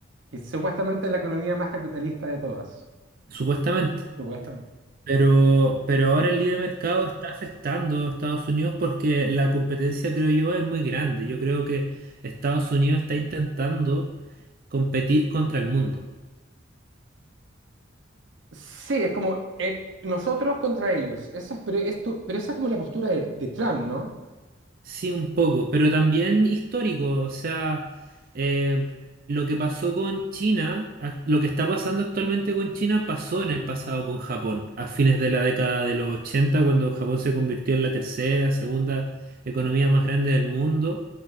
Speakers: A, on the right; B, on the right.
A: Que supuestamente es la economía más capitalista de todas,
B: supuestamente.
A: supuestamente.
B: Pero, pero ahora el libre mercado está afectando a Estados Unidos porque la competencia, creo yo, es muy grande. Yo creo que Estados Unidos está intentando competir contra el mundo.
A: Sí, es como eh, nosotros contra ellos. Esa es, pero, es tu- pero esa es como la postura de de Trump, ¿no?
B: Sí, un poco, pero también histórico, o sea, eh, lo que pasó con China, ac- lo que está pasando actualmente con China pasó en el pasado con Japón, a fines de la década de los 80, cuando Japón se convirtió en la tercera, segunda economía más grande del mundo,